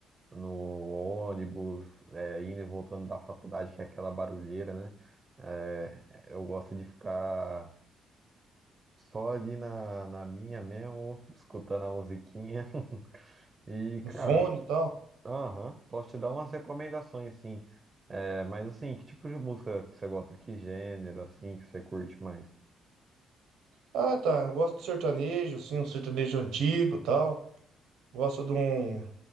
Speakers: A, on the right; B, on the right.
A: no ônibus, é, indo e voltando da faculdade, que é aquela barulheira, né? É, eu gosto de ficar só ali na, na minha mesmo, escutando a musiquinha. <laughs> E,
B: No
A: cara,
B: fone e tal?
A: aham, posso te dar umas recomendações, sim. É, mas assim, que tipo de música que você gosta? Que gênero, assim, que você curte mais?
B: Ah, tá. Eu gosto de sertanejo, assim, um sertanejo antigo e tal. Gosto de um.